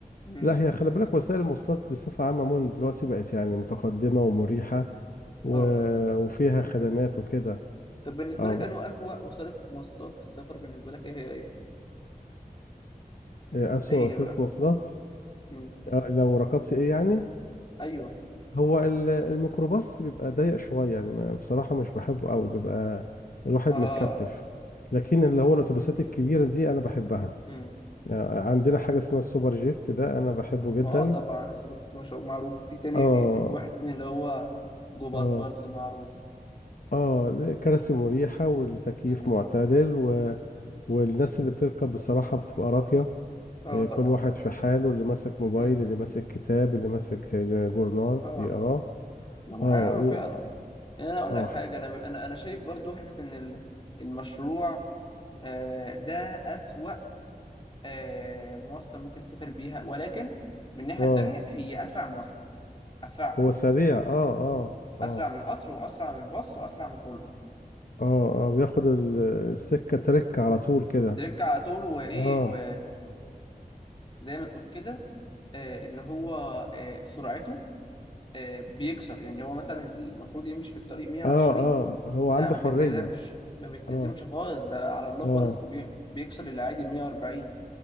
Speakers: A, on the left; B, on the left.
A: امم
B: لا هي خلي بالك وسائل المواصلات بصفه عامه عموما دلوقتي بقت يعني متقدمه ومريحه و...
A: اه
B: وفيها خدمات وكده
A: طب بالنسبة
B: اه
A: لك
B: ب-
A: أنه أسوأ وسيلة مواصلات في السفر بالنسبة لك إيه هي إيه؟
B: إيه، اسوأ
A: إيه
B: وسيله
A: هي بقى؟
B: مواصلات
A: امم
B: آه لو ركبت ايه يعني
A: أيوه
B: هو ال- الميكروباص بيبقى ضيق شويه يعني ما بصراحه مش بحبه قوي بيبقى الواحد
A: اه
B: متكتف لكن اللي هو الاتوبيسات الكبيره دي انا بحبها
A: امم
B: يعني عندنا حاجه اسمها السوبر جيت ده انا بحبه جدا
A: ما اه طبعا السوبر جيت مش معروف وفي تاني
B: اه
A: في في واحد تاني اللي هو جو باص
B: اه
A: برضه ده معروف
B: اه كراسي مريحة والتكييف
A: امم
B: معتدل و... والناس اللي بتركب بصراحة بتبقى راقية
A: اه
B: آه،
A: طبعا
B: كل واحد في حاله اللي ماسك موبايل
A: امم
B: اللي ماسك كتاب اللي ماسك آه، جورنال
A: اه
B: بيقراه
A: ما معايا
B: اه و...
A: اه فعلا يعني انا اقول
B: اه
A: لك حاجه
B: ح-
A: انا انا انا شايف برضو حته ان ال- المشروع آه، ده اسوأ آه، مواصله ممكن تسافر بيها ولكن من الناحيه
B: اه
A: التانيه هي اسرع مواصله اسرعهم
B: هو سريع اه اه اه
A: اسرع من القطر واسرع من الباص واسرع من كله
B: اه اه بياخد ال- السكة ترك على طول كده
A: تركع على طول وايه
B: اه
A: و زي ما تقول كده آه، ان هو آه، سرعته آه، بيكسر يعني هو مثلا المفروض يمشي في الطريق 120
B: اه اه هو
A: لا
B: عنده
A: ما بيلتزمش
B: حرية
A: ما بيلتزمش
B: اه
A: خالص ده على الله
B: اه
A: خالص وبيكسر العادي 140